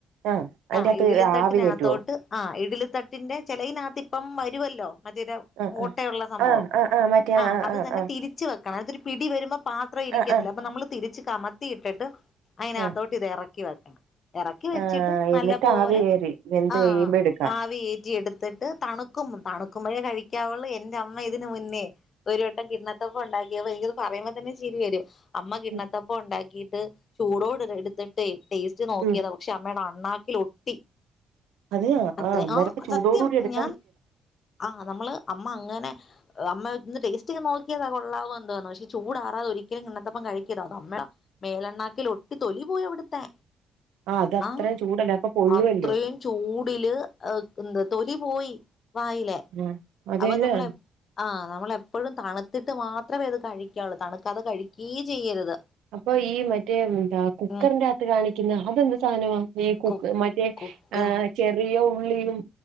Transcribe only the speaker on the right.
ആഹ് അതിന്റകത്ത്
ആവി കേറ്റുവോ
ആഹ്
ആഹ്
ആഹ് ആഹ് മറ്റേ
ആഹ്
ആഹ് ആഹ്
ആഹ്
ആഹ്
എന്നിട്ട്
ആവി കേറി വെന്ത്
കഴിയുമ്പോ എടുക്കാം
ഉം
ഉം
അതെയ
ആഹ് അന്നേരത്ത് ചൂടോട്
കൂടി എടു
അത് അത്രയും
ചൂടല്ലേ അപ്പൊ പൊള്ളുവല്ലോ
ആ അതന്നെ
അപ്പൊ ഈ മറ്റേ എന്താ കുക്കറിന്റെ
അകത്ത് കാണിക്കുന്ന അതെന്ത് സാധനമാണ് ഈ കുക്ക്
മറ്റേ
ചെറിയോ ഉള്ളീലും